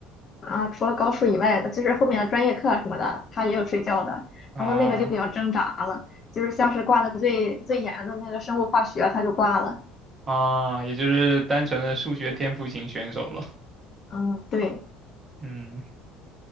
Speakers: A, on the left; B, on the right.
A: 啊，除了高数以外的，就是后面的专业课啊什么的，他也有睡觉的，
B: 啊
A: 然后那个就比较挣扎了，就是像是挂的最最严的那个生物化学，他就挂了。
B: 啊，也就是单纯的数学天赋型选手了。
A: 嗯，对，
B: 嗯，